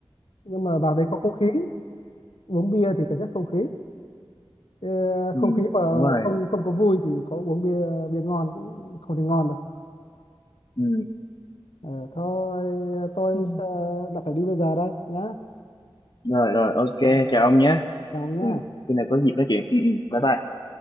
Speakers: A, on the left; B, on the left.
A: nhưng mà vào đấy có không khí uống bia thì cần nhất không khí Ờ,
B: ừ,
A: không khí mà
B: đúng rồi
A: không không có vui thì có uống bia bia ngon cũng không thì ngon đâu
B: ừ.
A: Ờ, thôi tôi
B: Ừ.
A: ờ, đã phải đi bây giờ đây nhá
B: rồi rồi ok
A: Dạ,
B: chào ông nhé
A: chào nhá
B: ừ.
A: Ừ.
B: khi nào có dịp nói chuyện ừ, ừ. bye bye